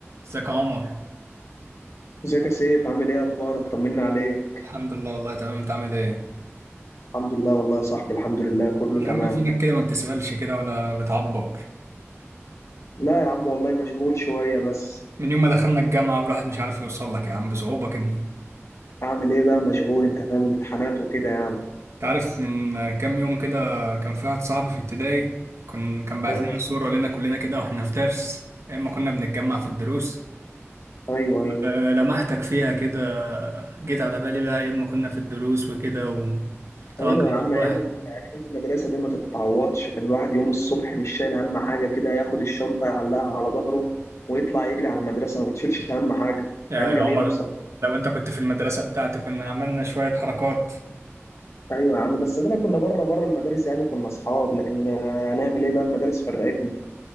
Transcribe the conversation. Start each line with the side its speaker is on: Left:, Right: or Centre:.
Right: ازيك يا عمر
Left: ازيك يا سيف عامل ايه اخبارك طمنا عليك
Right: الحمد لله والله تمام انت عامل ايه
Left: الحمد لله والله يا صاحبي الحمد لله كله
Right: يا
Left: تمام
Right: عم فينك كده ما بتسألش كده ولا بتعبر
Left: لا يا عم والله مشغول شوية بس
Right: من يوم ما دخلنا الجامعة والواحد مش عارف يوصل لك يا عم بصعوبة كده انت
Left: اعمل ايه بقى مشغول انت فاهم امتحانات وكده يعني
Right: عارف من كام يوم كده كان في واحد صاحبي في ابتدائي كان كان بعت
Left: اه
Right: لنا صورة لنا كلنا كده واحنا في درس ايام ما كنا بنتجمع في الدروس
Left: ايوه ايوه
Right: اه، لمحتك فيها كده جيت على بالي بقى ايام ما كنا في الدروس وكده وطبعا
Left: ايوه
Right: كان
Left: يا عم
Right: كل
Left: ايام
Right: واحد
Left: ال- أيام المدرسة دي ما تتعوضش كان الواحد يوم الصبح مش شايل هم حاجة كده ياخد الشنطة يعلقها على ظهره ويطلع يجري على المدرسة ما بتشيلش هم حاجة
Right: يا
Left: ايام
Right: يا
Left: جميلة
Right: عمر
Left: بصراحة
Right: لو انت كنت في المدرسة بتاعتي كنا عملنا شوية حركات
Left: ايوه يا عم بس ادينا كنا بره بره المدارس يعني كنا اصحاب لكن آه، هنعمل ايه بقى المدارس فرقتنا